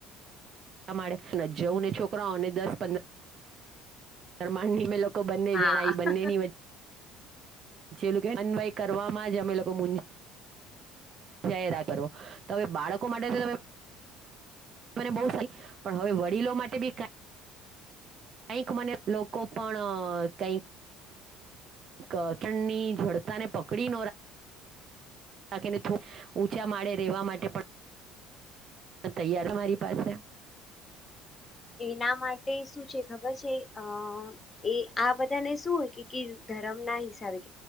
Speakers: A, on the right (about 35°); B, on the left (about 15°).
A: <unintelligible> જા માળે જવું ને છોકરાઓને દસ પંદર માળે મે કો બંને
B: હા
A: જણાય બંનેની વ ચે ઓલુ કેવાય ન અન્વય કરવામાં જ અમે લોકો મુંજ જાયરા કરો તો હવે બાળકો માટે તો તમે મને બહ સારી પણ હવે વડીલો માટે બી કાઈ કંઈક મને લોકો પણ કંઈક ક ઠંડી જડતાને પકડી ન રાખ ખેને ઊંચા માળે રહેવા માટે પણ તૈયાર મારી પાસે
B: એના માટે શું છે ખબર છે અ એ આ બધાને શું હોય કે ધ રમ ના હિસાબે